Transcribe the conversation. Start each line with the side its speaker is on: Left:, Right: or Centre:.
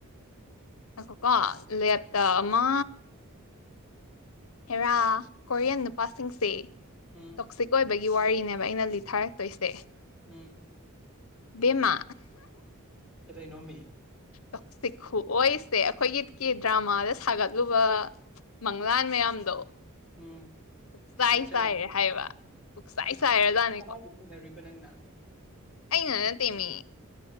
Left: ꯑꯈꯣ ꯀꯣ ꯂꯦꯞꯇ ꯑꯃ ꯍꯦꯔꯥ ꯀꯣꯔꯤꯌꯟ ꯅꯨꯄꯥꯁꯤꯡꯁꯦ
Centre: ꯍꯝ
Left: ꯀꯛꯁꯤꯛ ꯑꯣꯏꯕꯒꯤ ꯋꯥꯔꯤꯅꯦꯕ ꯑꯩꯅ ꯂꯤꯠ ꯊꯥꯔꯛꯇꯣꯏꯁꯦ
Centre: ꯎꯝ
Left: ꯕꯤꯃꯥ
Centre: ꯑꯇꯩ ꯅꯣꯃꯤ
Left: ꯇꯣꯛꯁꯤ ꯈꯨꯑꯣꯁꯦ ꯑꯩꯈꯣꯏꯒꯤ ꯀ ꯗ꯭ꯔꯃꯥꯗ ꯁꯥꯒꯠꯂꯨꯕ ꯃꯪꯂꯥꯟ ꯃꯌꯥꯝꯗꯣ
Centre: ꯎꯝ
Left: ꯄꯨꯛꯆꯥꯏ
Centre: ꯁꯦꯇꯔ
Left: ꯆꯥꯏꯔꯦ ꯍꯥꯏꯌꯦꯕ ꯄꯨꯛꯆꯥꯏ ꯁꯥꯏꯔꯖꯥꯠꯅꯤꯀꯣ
Centre: ꯀꯗꯥꯏꯗ ꯊꯦꯡꯅꯔꯨꯏꯕ ꯅꯪꯅ
Left: ꯑ ꯉ ꯇꯃꯤ